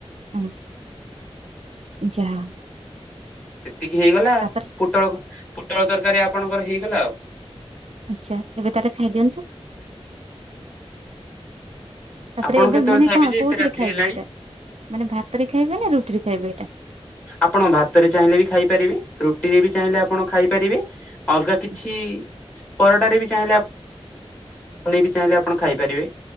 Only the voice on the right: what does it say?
ହଁ ଯାହା
ତାପରେ
ଆଚ୍ଛା ଏବେ ତାହଲେ ଖାଇଦିଅନ୍ତୁ। ତାପରେ
ଏବେ
ମାନେ
କଣ
କୋଉଥିରେ
ଖାଇବେ
ଏଇଟା ମାନେ ଭାତରେ ଖାଇବେ ନା ରୁଟିରେ? ଖାଇବେ ଏଟା।
ଆଚ୍ଛା